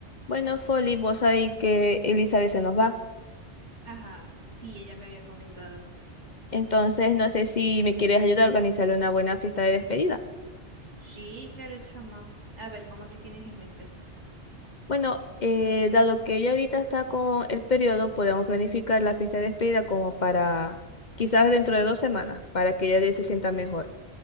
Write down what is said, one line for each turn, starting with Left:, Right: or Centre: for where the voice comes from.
Left: Bueno, Folly, vos sabéis que Elizabeth se nos va.
Right: Ajá, sí, ella me había comentado.
Left: Entonces, no sé si me quieres ayudar a organizarle una buena fiesta de despedida.
Right: Sí, claro, chama. A ver, ¿cómo que tienes en mente?
Left: Bueno, eh, dado que ella ahorita está con el periodo, podemos planificar la fiesta de despedida como para quizás dentro de dos semanas, para que ella se sienta mejor.